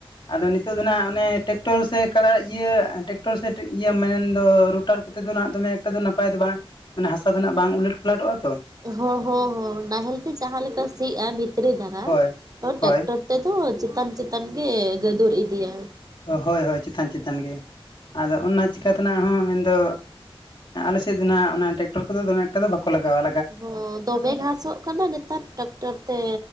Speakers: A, on the left (about 50°); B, on the right (about 40°).
A: ᱟᱫᱚ ᱱᱤᱛᱚᱜ ᱫᱚ ᱱᱟᱦᱟᱸᱜ ᱚᱱᱮ ᱴᱮᱠ ᱴᱚᱨ ᱥᱮ ᱠᱟᱲᱟ ᱤᱭᱟᱹ ᱴᱮᱠᱴᱚᱨ ᱥᱮ ᱤᱭᱟᱹ ᱢᱮᱱᱫᱚ ᱨᱳᱴᱟᱨ ᱠᱚᱛᱮ ᱫᱚ ᱱᱟᱦᱟᱸᱜ ᱫᱚᱢᱮ ᱮᱠᱴᱟ ᱫᱚ ᱱᱟᱯᱟᱭ ᱫᱚ ᱵᱟᱝ ᱢᱟᱱᱮ ᱦᱟᱥᱟ ᱫᱚ ᱱᱟᱸᱜ ᱵᱟᱝ ᱩᱞᱟᱹᱴ ᱯᱟᱞᱟᱴᱚᱜᱼᱟ ᱛᱚ ᱾
B: ᱦᱚᱸ ᱦᱚᱸ ᱦᱚᱸ ᱱᱟᱦᱮᱞ ᱛᱮ ᱡᱟᱦᱟ ᱞᱮᱠᱟ ᱥᱤᱜᱼᱟ ᱵᱷᱤᱛᱨᱤ ᱫᱷᱟᱨᱟ
A: ᱦᱳᱭ ᱦᱳᱭ
B: ᱴᱮᱠᱴᱚᱨ ᱛᱮᱫᱚ ᱪᱮᱛᱟᱱ ᱪᱮᱛᱟᱱ ᱜᱮ ᱜᱟᱹᱫᱩᱨ ᱤᱫᱤᱭᱟ᱾
A: ᱦᱳᱭ ᱦᱳᱭ ᱪᱮᱛᱟᱱ ᱪᱮᱛᱟᱱ ᱜᱮ, ᱟᱫᱚ ᱚᱱᱟ ᱪᱤᱠᱟ ᱛᱮᱱᱟᱜ ᱦᱚᱸ ᱢᱮᱱᱫᱚ ᱟᱞᱮᱥᱮᱫ ᱫᱚ ᱱᱟᱦᱟᱸᱜ ᱚᱱᱟ ᱴᱮᱠᱴᱚᱨ ᱠᱚᱫᱚ ᱫᱚᱢ ᱮᱠᱴᱟ ᱫᱚ ᱵᱟᱠᱚ ᱞᱟᱜᱟᱣᱼᱟ
B: ᱦᱚᱸ ᱫᱚᱢᱮ ᱜᱷᱟᱥᱚᱜ ᱠᱟᱱᱟ ᱱᱮᱛᱟᱨ ᱴᱟᱠᱴᱚᱨ ᱛᱮ